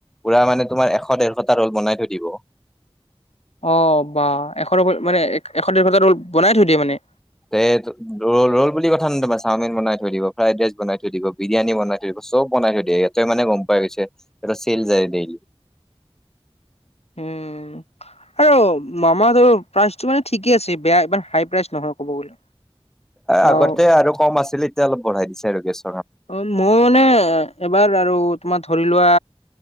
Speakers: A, in the centre; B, on the left.
A: পুৰা মানে তোমাৰ এশ ডেৰশটা ৰোল বনাই থৈ দিব।
B: অ বাহ এশ মানে এ এশ ডেৰশটা ৰ'ল বনাই থৈ দিয়ে মানে।
A: তে ৰল ৰল বুলি কথা ন তোমাৰ চাওমিন বনাই থৈ দিব, ফ্ৰাইড ৰাইচ বনাই থৈ দিব, বিৰিয়ানী বনাই থৈ দিব। চব বনাই থৈ দিয়ে ইয়াতে মানে গম পাই গৈছে চেল যায় দেইলি।
B: উম আৰু মামা হোটেল প্ৰাইচটো মানে ঠিকেই আছে বেয়া মানে হাই প্ৰাইচ নহয় ক'ব গলে।
A: আগতে
B: অ
A: আৰু কম আছিলে এতিয়া অলপ বঢ়াই দিছে আৰু গেছ
B: অ মই মানে এবাৰ আৰু তোমাৰ ধৰি লোৱা,